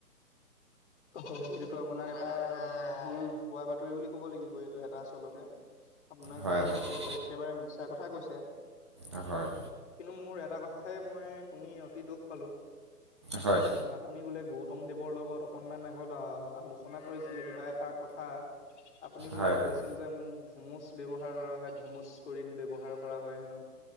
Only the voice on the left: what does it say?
অ হয় সেইটোতো আপোনাক এটা ভোৱা বাতৰি বুলি- কব লাগিব এইটো এটা আচলতে আপোনাক
যোনে
কৈছে এইটো একেবাৰে মিছা কথা কৈছে।
কিন্তু মোৰ এটা কথাহে মই শুনি অতি দুখ পালোঁ।
ন আপুনি বোলে গৌতম দেৱৰ অকনমান আগত আলোচ- ৰচনা কৰিছিলে কিবা এষাৰ কথা আপুনি বোলে
কৈছ-
আছিল যে মোক ধুমুচ ব্যৱহাৰ কৰা হয় ধুমুচ কৰিত ব্যৱহাৰ কৰা হয় হেনো।